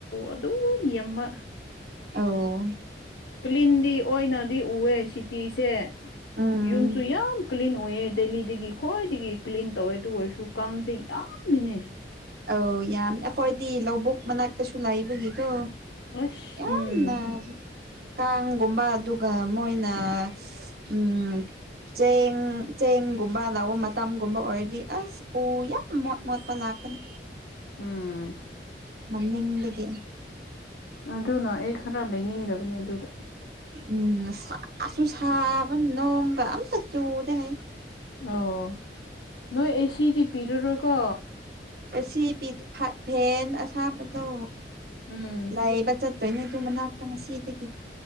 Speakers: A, on the left (about 80°); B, on the right (about 60°).
A: ꯑꯗꯨꯝ ꯌꯥꯝꯕ
B: ꯑꯧ
A: ꯀ꯭ꯂꯤꯟꯗꯤ ꯑꯣꯏꯅꯗꯤ ꯎꯑꯦ ꯁꯤꯇꯤꯁꯦ
B: ꯎꯝ
A: ꯌꯨꯝꯁꯨ ꯌꯥꯝ ꯀ꯭ꯂꯤꯟ ꯑꯣꯏꯌꯦ ꯗꯦꯂꯤꯗꯒꯤ ꯈ꯭ꯋꯥꯏꯗꯒꯤ ꯀ꯭ꯂꯤꯟ ꯇꯧꯋꯦ ꯑꯗꯨ ꯑꯣꯏꯔꯁꯨ ꯀꯥꯡꯁꯦ ꯌꯥꯝ ꯃꯤꯅꯦ
B: ꯑꯧ ꯌꯥꯝ ꯑꯩꯈꯣꯏꯗꯤ ꯂꯧꯕꯨꯛ ꯃꯅꯥꯛꯇꯁꯨ ꯂꯩꯕꯒꯤꯀꯣ
A: ꯑꯁ
B: ꯌꯥꯝꯅ
A: ꯎꯝ
B: ꯀꯥꯡꯒꯨꯝꯕ ꯑꯗꯨꯒ ꯃꯣꯏꯅ ꯎꯝ ꯆꯦꯡ ꯆꯦꯡꯒꯨꯝꯕ ꯂꯧꯕ ꯃꯇꯝꯒꯨꯝꯕ ꯑꯣꯏꯔꯗꯤ ꯑꯁ ꯑꯣ ꯌꯥꯝ ꯃꫭꯠ ꯃꫭꯠꯄ ꯉꯥꯛꯇꯅꯤ
A: ꯎꯝ
B: ꯅꯤꯡꯗꯒꯤ
A: ꯑꯗꯨꯅ ꯑꯩ ꯈꯔ ꯂꯩꯅꯤꯡꯗꯕꯅꯦ ꯑꯗꯨꯗ
B: ꯎꯝ ꯁꯥꯁꯨ ꯁꯥꯕ ꯅꯣꯡꯒ ꯑꯝꯇ ꯆꯨꯗꯦ ꯍꯥꯏ
A: ꯑꯣ ꯅꯣꯏ ꯑꯦꯁꯤꯗꯤ ꯄꯤꯔꯔꯣꯏꯀꯣ
B: ꯑꯦꯁꯤ ꯄꯤ ꯐꯦꯟ ꯑꯁꯥꯕꯗꯣ
A: ꯎꯝ
B: ꯂꯩꯕ ꯆꯠ ꯇꯣꯏꯅ ꯑꯗꯨ ꯃꯅꯥꯛꯇ ꯉꯁꯤꯗꯒꯤ